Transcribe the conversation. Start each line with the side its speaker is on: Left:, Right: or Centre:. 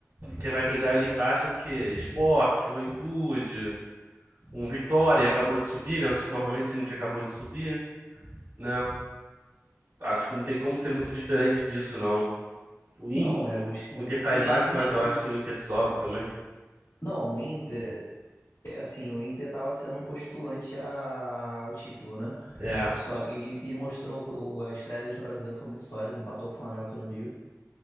Right: quem vai brigar ali embaixo é o quê? Esporte, Juventude, um Vitória, acabou de subir, né? Os- Normalmente o time que acabou de subir, né? Acho que não tem como ser muito diferente disso, não. O Inter,
Left: Não, é os, o-
Right: o Inter tá
Left: os
Right: embaixo,
Left: times
Right: mas
Left: que.
Right: eu acho que o Inter sobe também.
Left: Não, o Inter. É assim, o Inter tava sendo um postulante a- ao título, né?
Right: É,
Left: Só, e, e mostrou o, as estreia deles no Brasileiro foi muito sólida, empatou com o Flamengo aqui no Rio.